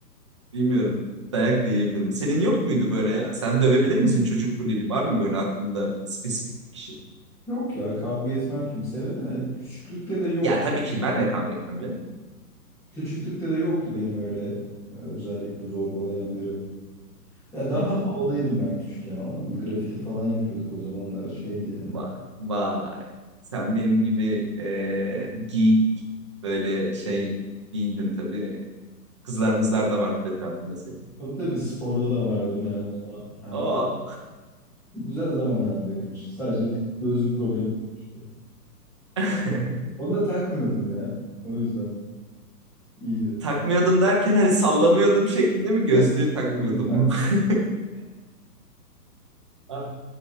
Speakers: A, on the right; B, in the centre.
A: Bilmiyorum. Dayak da yiyebilirim. Senin yok muydu böyle ya? Sen dövebilir misin çocuk bulili? Var mı böyle aklında spesifik bir kişi?
B: Yok ya kavga etmem kimseyle de küçüklükte de yoktu.
A: Ya tabii ki ben de kavga etmem canım.
B: Küçüklükte de yoktu benim öyle e, özellikle zorbalayan biri. Ya daha
A: Hmm.
B: havalıydım ben küçükken ama grafiti falan yapıyorduk o zamanlar şeydi yani.
A: Vay, vay. Sen benim gibi e, geek böyle şey değildin tabii. Kızlarımızlar da vardı etrafında senin.
B: Tabii tabii sporda da vardım yani o zaman. Hem
A: Oh.
B: güzel zamanlardı benim için. Sadece bir gözlük problemi olmuştu.
A: <laughs>
B: Onu da takmıyordum ya. O yüzden iyiydi.
A: Takmıyordum derken hani sallamıyordum şeklinde mi gözlüğü
B: Yok.
A: takmıyordum
B: Gözlüğü takmıyordum.
A: mu? <laughs> Ah.